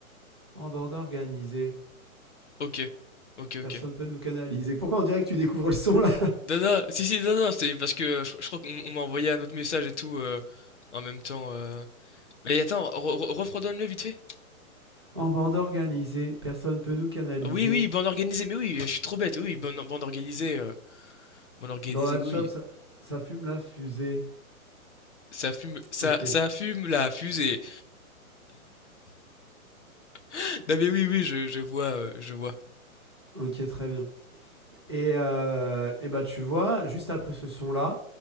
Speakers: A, on the right (about 20°); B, on the left (about 55°).
A: En bande organisée,
B: OK. OK, OK.
A: personne peut nous canaliser. Pourquoi on dirait que tu découvres le son là
B: Non, non, si, si, non, non, c'est parce que euh, je, je crois qu'on on m'a envoyé un autre message et tout euh, en même temps. euh. Mais attends, re- re- refredonne-le vite fait.
A: En bande organisée, personne peut nous canaliser.
B: Ah Oui, oui, bande organisée, mais oui, je suis trop bête, oui, bande, bande organisée, euh, bande organisée,
A: Dans la
B: oui.
A: shop, ça, ça fume la fusée.
B: Ça fume, ça,
A: Ok,
B: ça fume la fusée. <laughs> Non, mais oui, oui, je, je vois, euh, je vois.
A: ok, très bien. Et, euh, et bah, tu vois, juste après ce son-là,